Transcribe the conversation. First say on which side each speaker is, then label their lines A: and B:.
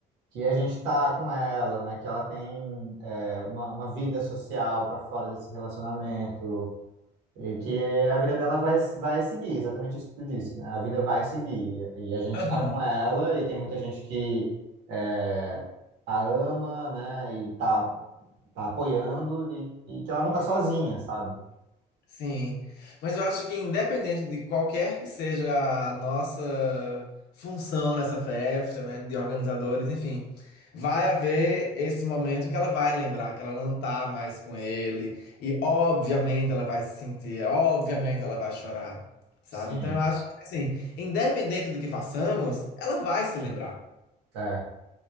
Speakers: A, on the right; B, on the left.
A: que a gente tá com ela, né? Que ela tem é, uma, uma vida social para fora desse relacionamento, E que a vida dela vai, vai seguir, exatamente isso que tu disse, né? A vida vai seguir. E a gente
B: aham,
A: está com ela, e tem muita gente que é, a ama, né? E tá, tá apoiando, e, e que ela não tá sozinha, sabe?
B: sim. Mas eu acho que independente de qualquer que seja a nossa função nessa festa, né, de organizadores, enfim, vai haver esse momento que ela vai lembrar que ela não tá mais com ele e obviamente ela vai se sentir, obviamente ela vai chorar. Sabe?
A: Sim.
B: Então eu acho que assim, independente do que façamos, ela vai se lembrar.
A: É.